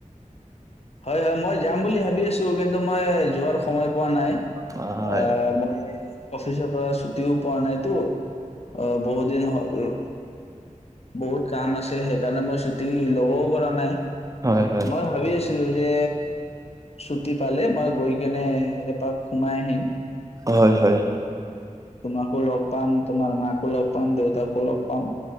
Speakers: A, on the left; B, on the right.
A: হয় হয় মই যাম বুলি ভাবি আছো কিন্তু মই যোৱাৰ সময় পোৱা নাই।
B: হয়
A: আ মই অফিচৰ পৰা ছুটিও পোৱা নাইতো অ বহু দিন হ'ল আ <inaudible> বহুত কাম আছিল, সেইকাৰণে মই দি ল'বও পৰা নাই,
B: হয় হয়।
A: মই ভাবি আছোঁ। ছিলো যে ছুটি পালে মই গৈ কেনে এপাক সোমাই আহিম।
B: হয়, হয়।
A: তোমাকো লগ পাম, তোমাৰ মাকো লগ পাম, দেউতাকো লগ পাম।